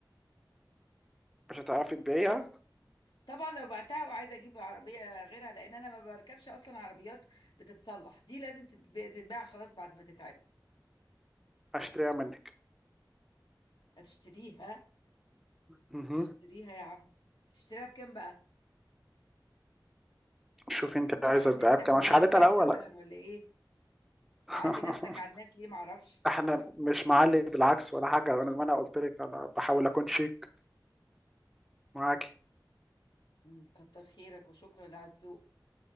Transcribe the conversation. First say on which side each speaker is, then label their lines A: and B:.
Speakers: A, in the centre; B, on the left.
A: مش هتعرفي تبيعيها
B: طبعا لو بعتها وعايزه اجيب عربيه غيرها لان انا ما بركبش اصلا عربيات بتتصلح دي لازم تتب- تتباع خلاص بعد ما تتعمل
A: هشتريها منك
B: هتشتريها
A: مهم.
B: اشتريها يا عم هتشتريها بكام بقى
A: شوفي انت
B: واضح
A: عايزه
B: ان
A: تبيعها
B: انت
A: بكام
B: ملياردير
A: مش عارفه الاول
B: مثلا
A: لا
B: ولا ايه معلي
A: <laughs>
B: نفسك على
A: ولا
B: الناس ليه معرفش
A: احنا مش معلي بالعكس ولا حاجه انا ما انا قلت لك انا بحاول اكون شيك معاكي
B: مم، كتر خيرك وشكرا على الذوق